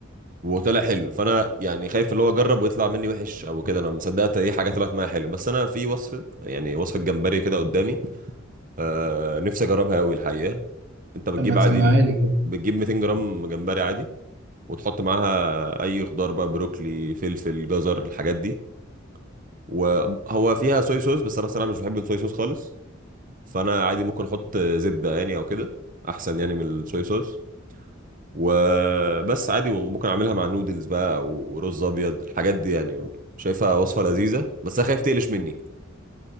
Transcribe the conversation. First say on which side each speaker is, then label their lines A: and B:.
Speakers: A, on the right (about 40°); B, on the right (about 60°).
A: وطلع حلو فانا يعني خايف اللي هو اجرب ويطلع مني وحش او كده انا مصدقت ايه حاجه طلعت معايا حلو بس انا في وصفه يعني وصفه جمبري كده قدامي آه نفسي اجربها قوي الحقيقه انت بتجيب
B: طب ما تسمعها
A: عادي ال-
B: لي كده
A: بتجيب 200 جرام جمبري عادي وتحط معاها اي خضار بقى بروكلي فلفل جزر الحاجات دي وهو فيها صويا صوص بس انا صراحه مش بحب الصويا صوص خالص فانا عادي ممكن احط زبده يعني او كده احسن يعني من الصويا صوص وبس عادي وممكن اعملها مع نودلز بقى او رز ابيض الحاجات دي يعني شايفها وصفه لذيذه بس انا خايف تقلش مني